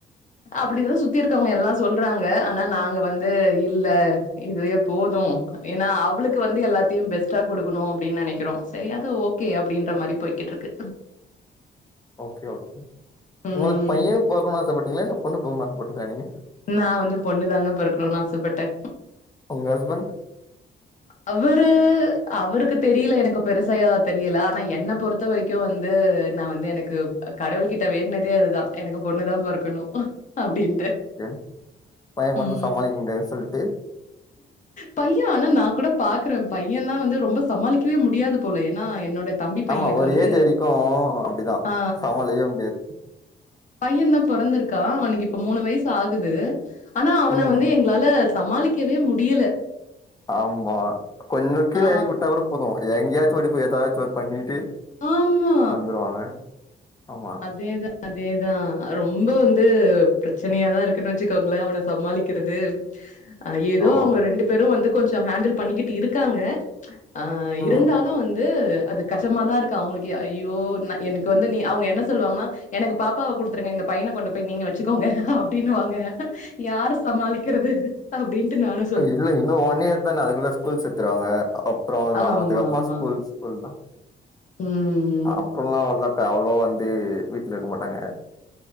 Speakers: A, on the left (about 40°); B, on the left (about 20°).
A: அப்டிதான் சுத்தி இருக்கவங்க எல்லா சொல்றாங்க ஆனா நாங்க வந்து இல்ல இதுவே போது ஏன்னா அவளுக்கு வந்து எல்லாத்தையு பெஸ்ட்டா குடுக்கணு அபடின்னு நெனைக்கிறோம் சரி அது ஓ கே அப்டின்ற மாரி போய்கிட்ருக்கு
B: ஓகே ஓகே
A: ம்
B: உங்களுக்கு பையன் பொறக்கனு ஆசப்பட்டீங்களா இல்ல பொண்ணு பொறக்கணு ஆசப்பட்டீங்ளா நீங்க
A: நா வந்து பொண்ணு தாங்க பொறக்கணு ஆசப்பட்டே
B: உங்க ஹஸ்பண்ட்
A: அவுரு அவருக்கு தெரியல எனக்கு பெருசா எதாவது தெரியல ஆனா என்ன பொறுத் த வரைக்கு வந்து நா வந்து எனக்கு கடவுள் கிட்ட வேண்ணதே அதுதா எனக்கு பொண்ணுதா பொறக்கணு அப்டின்ட்டு
B: ஏ பையன் பொறந்தா
A: ம்
B: சமாளிக்க முடியாதுன் சொல்ட்டு
A: பைய ஆனா நா கூட பாக்குற பையன்ல்லா வந்து ரொம்ப சமாளிக்கவே முடியாது போல ஏன்னா என்னோட தம்பி
B: ஆமா
A: பையனுக்கு
B: ஒரு
A: வந்து
B: ஏஜ் வெரிக்கு அப்டிதா
A: ஆ
B: சமாளிக்யே முடியாது
A: பையன் தா பொறந்திருக்கா அவனுக்கு இப்ப மூணு வய்சு ஆக் குது ஆனா அவன
B: ம்
A: வந்து எங்களால சமாளிக்கவே முடியல
B: ஆம்மா கொஞ்சோ கீழ
A: ஆ
B: எறக்கி வுட்டா கூட போது எங்கயாச்சோடி போய் எதாவது பண்ணிட்டு
A: ஆமா
B: வந்துருவாங்க ஆமா
A: அதேதா அதேதா ரொம்ப வந்து பிரச்சனயாதா இருக்குன்னு வெச்சுக்கோங்களேன் அவன சமாளிக்கிறது அ ஏதோ
B: ஓ
A: அவங்க ரெண்டு பேரு வந்து கொஞ்சம் ஹேண்டில் பண்ணிக்கிட்டு இருக்காங்க ஆ
B: ம்
A: இருந்தாலும் வந்து அது கஷ்டமாதான் இருக்கு அவங்களுக்கு ஐயோ எனக்கு வந்து நீ அவங்க என்ன சொல்லுவாங்கன்னா எனக்கு பாப்பாவ குடுத்துருங்க இந்த பையனை கொண்டு போய் நீங்க வச்சுக்கோங்க அப்டின்னுவாங்க யார சமாளிக்கிறது அப்டின்ட்டு நானு
B: இல்ல இன்னும் ஒன் இயர் தானே அதுக்குள்ள ஸ்கூல் சேத்துருவாங்க அப்புறம்
A: ஆமா,
B: தா அதுக்கப்புறமா
A: ஆமா.
B: ஸ்கூல் ஸ்கூல் தா
A: ம்
B: அப்புறம்ல்லா வந்து அவ்ளோ வந்து வீட்ல இருக்க மாட்டாங்க